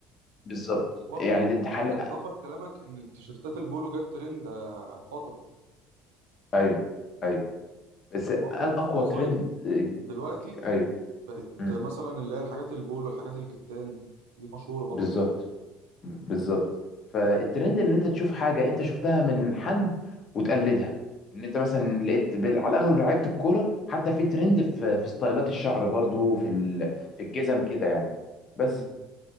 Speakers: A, on the left; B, on the right.
A: بالظبط
B: برضه
A: يعني دي حل
B: إضافة لكلامك إن التيشيرتات البولو جت ترند آه، فترة
A: ايوه ايوه بس
B: وبرضه
A: أ- اقوى
B: في المصايف
A: ترند آه،
B: دلوقتي
A: ايوه
B: بقت
A: مم.
B: مثلا اللي هي الحاجات البولو الحاجات الكتان دي مشهورة برضه
A: بالظبط
B: دلوقتي
A: بالظبط فالترند ان انت تشوف حاجه انت شفتها من حد وتقلدها ان انت مثلا لقيت بال... على الاغلب لعيبه الكوره حتى في ترند في في ستايلات الشعر برضو في ال... في الجزم كده يعني بس
B: مم.